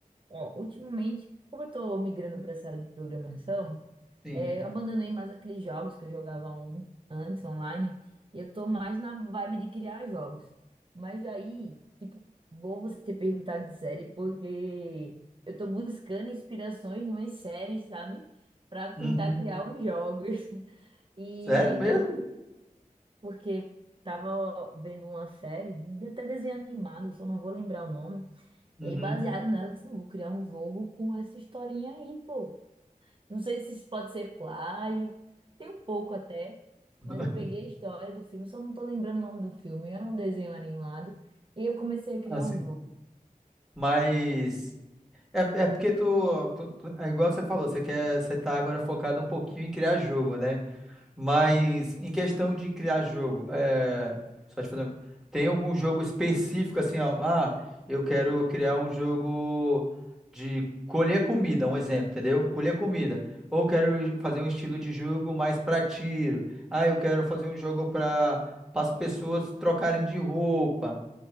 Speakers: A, on the right; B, in the centre.
A: ó, ultimamente, como eu tô migrando pra essa área de programação,
B: Sim.
A: É, eu abandonei mais aqueles jogos que eu jogava on- antes online. E eu tô mais na vibe de criar jogos. Mas aí, tipo, bom você ter perguntado de série, porque eu tô buscando inspirações em umas séries, sabe? Pra tentar
B: Uhum.
A: criar os jogos. <laughs> E
B: Sério mesmo?
A: é um- porque tava vendo uma série, de- até desenho animado, só não vou lembrar o nome.
B: Uhum.
A: E aí, baseado nela, eu disse, não, vou criar um jogo com essa historinha aí, pô. Não sei se isso pode ser plágio, tem um pouco até,
B: <laughs>
A: mas eu peguei a história do filme, só não tô lembrando o nome do filme. Era um desenho animado e eu comecei a criar
B: Assim.
A: um jogo.
B: Mas é, é porque tu, tu- tu- é igual você falou, você quer, você tá agora focado um pouquinho em criar jogo, né? Mas
A: E,
B: em questão de criar jogo, é, só te fazer, tem algum jogo específico assim, ó, ah, eu quero criar um jogo de colher comida, um exemplo, entendeu? Colher comida. Ou quero fazer um estilo de jogo mais pra tiro. Ah, eu quero fazer um jogo para as pessoas trocarem de roupa.